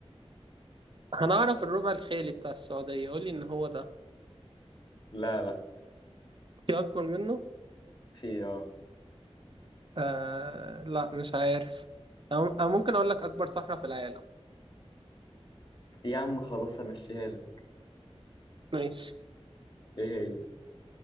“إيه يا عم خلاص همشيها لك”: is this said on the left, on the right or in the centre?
Left